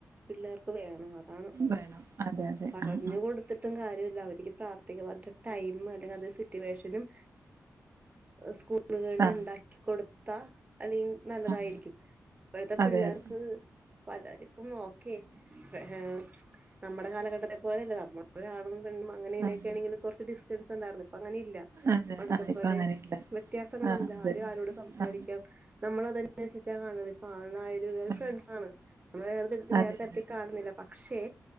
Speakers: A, on the right (about 25°); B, on the right (about 50°).
A: പിള്ളേർ വേണം അതാണ്
B: വേണം അതെ അതെ
A: പറഞ്ഞു
B: ആഹ്
A: കൊടുത്തിട്ടും കാര്യല്ല അവർക്ക് പ്രാർത്ഥിക്കാൻ മാത്രം ടൈം അല്ലെങ്കിൽ അത് സിറ്റുവേഷനും സ്കൂളുകളിൽ
B: ആഹ്
A: ഉണ്ടാക്കികൊടു താ അലെയിൻ നല്ലതായിരിക്കും
B: ആഹ്
A: ഇപ്പഴത്തെ പിള്ളേർക്ക്
B: അതെ അതെ
A: പലർക്കും ഓക്കെ എ നമ്മടെ കാലഘട്ടത്തെ പോലല്ല നമ്മളൊരാളും പെണ്ണും അങ്ങനെ ഇങ്ങനെയൊക്കെയാണെങ്കിലും
B: ആഹ്
A: കൊറച്ച് ഡിസ്റ്റൻസൊ സൊണ്ടാരുന്നു ഇപ്പങ്ങനില്ല
B: അതെ
A: അന്നത്തെപോലെ
B: ആ ഇപ്പൊ അങ്ങനെയില്ല
A: വ്യത്യാസങ്ങളൊന്ന്ല്ല
B: ആ അതെ
A: ആര് ആരോട് സംസാരിക്കാം.
B: ആ
A: നമ്മളതൻസര്ച്ചാ കാണല് ഇപ്പോ ആണായാലും ഓര്
B: ആ
A: ഫ്രണ്ട്സാണ് നമ്മ വേറെ തരത്തിൽ
B: അതെ
A: വേറെ തരത്തി
B: അതെ
A: കാണുന്നി ല്ല പക്ഷേ